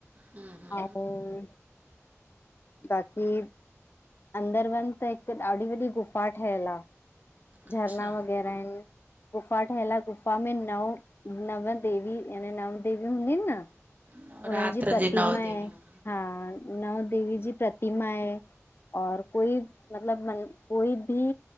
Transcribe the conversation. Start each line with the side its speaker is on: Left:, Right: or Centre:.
Right: हा- हा
Left: ओम् बाक़ी अंदरि वंञुं त हिक ॾाढी वॾी गुफ़ा ठहियल आ। झरना
Right: अच्छा
Left: वग़ैरह आहिनि। गुफ़ा ठहियल आ, गुफ़ा में नव, नव देवी याने नव देवी हूंदीयूं हिनि न?
Right: नवरात्र
Left: हुननि जी प्रतिमा
Right: जे नव
Left: आहे,
Right: देवियूं
Left: हा नव देवी जी प्रतिमा आहे। और कोई मतिलब मन कोई भी